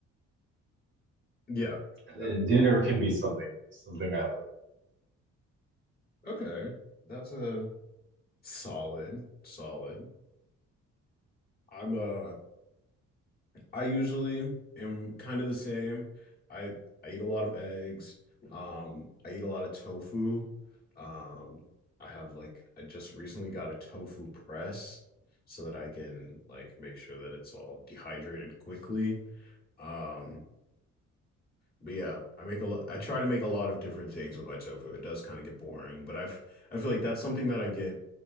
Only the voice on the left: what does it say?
Yeah.
Yeah.
Okay. That's a solid, solid. I'm uh I usually am kind of the same. I I eat a lot of eggs. Um, I eat a lot of tofu. Um, I have like I just recently got a tofu press so that I can like make sure that it's all dehydrated quickly. Um, but yeah, I make a lot I try to make a lot of different things with my tofu. It does kind of get boring, but I've I feel like that's something that I get